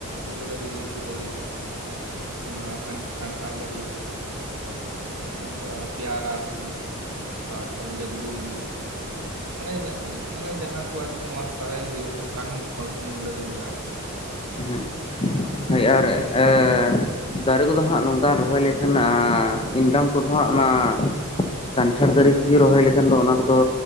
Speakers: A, on the right; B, on the left.
A: ᱩᱞ ᱫᱟᱨᱮ ᱞᱤᱪᱩ ᱫᱟᱨᱮ ᱦᱩᱸ ᱟᱨ ᱠᱟᱱᱴᱷᱟᱲ ᱫᱟᱨᱮ ᱱᱚᱝᱠᱟ ᱯᱮᱭᱟᱨᱟ ᱠᱚ ᱛᱟᱨᱯᱚᱨᱮ ᱡᱟᱢᱨᱩᱞ ᱢᱟᱱᱮ ᱢᱟᱱᱮ ᱡᱟᱦᱟᱸ ᱠᱚ ᱟᱨᱠᱤ ᱱᱚᱣᱟ ᱦᱟᱥᱟᱨᱮ ᱦᱳᱭᱳᱜ ᱚᱱᱠᱟᱱ ᱯᱷᱚᱞᱢᱩᱞ ᱫᱟᱨᱮ ᱢᱮᱱᱟᱜᱼᱟ ᱟᱨᱠᱤ <inaudible>
B: ᱦᱮᱸ
A: ᱢᱚᱴᱟᱢᱩᱴᱤ
B: ᱦᱳᱭ
A: ᱵᱷᱟᱜᱤ
B: ᱟᱨ
A: ᱜᱮ
B: <unintelligible> ᱫᱟᱨᱮ ᱠᱚᱫᱚ ᱦᱟᱸᱜ ᱱᱚᱝᱠᱟ ᱨᱚᱦᱚᱭ ᱞᱮᱠᱷᱟᱱ ᱤᱱᱠᱟᱢ ᱠᱚᱫᱚ ᱦᱟᱸᱜ ᱚᱱᱟ ᱠᱟᱱᱴᱷᱟᱲ ᱫᱟᱨᱮ ᱠᱚ ᱜᱮ ᱨᱚᱦᱚᱭ ᱞᱮᱠᱷᱟᱱ ᱫᱚ ᱚᱱᱟ ᱠᱚ ᱫᱚ